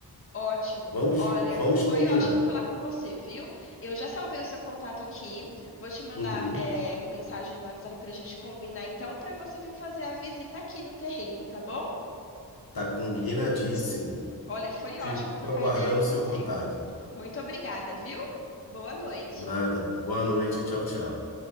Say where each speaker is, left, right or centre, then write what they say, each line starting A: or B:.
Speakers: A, on the left; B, on the left.
A: Ótimo.
B: Vamos,
A: Olha,
B: vamos
A: foi
B: combinar.
A: ótimo falar com você, viu? Eu já salvei o seu contato aqui. Vou te mandar
B: Uhum,
A: é, mensagem no WhatsApp para a gente combinar, então, para você vir fazer a visita aqui no terreno, tá bom?
B: tá combinadíssimo.
A: Olha, foi
B: Fico
A: ótimo trocar
B: aguardando
A: ideia com
B: o seu
A: você.
B: contato.
A: Muito obrigada, viu? Boa noite.
B: Nada. Boa noite. Tchau, tchau.